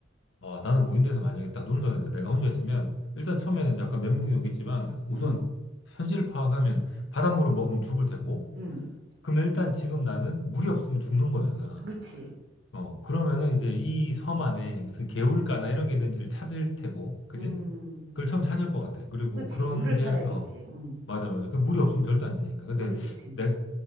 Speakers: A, on the left (about 80°); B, on the right (about 65°).
A: 아, 나는 무인도에서 만약에 딱 눈을 떠는데 내가 혼자 있으면 일단 처음에는 약간 멘붕이 오겠지만 우선
B: 음,
A: 현실을 파악하면 바닷물을 먹으면 죽을 테고
B: 음.
A: 그러면 일단 지금 나는 물이 없으면 죽는 거잖아.
B: 그치.
A: 어, 그러면은 이제 이 섬 안에 무슨 개울가나 이런 게 있는지를 찾을 테고, 그지?
B: 음.
A: 그걸 처음 찾을 것 같아. 그리고
B: 그치.
A: 그런
B: 물을
A: 게,
B: 찾아야겠지.
A: 어,
B: 음.
A: 맞아, 맞아. 그 물이 없으면 절대 안 되니까. 근데
B: 물, 그치.
A: 내,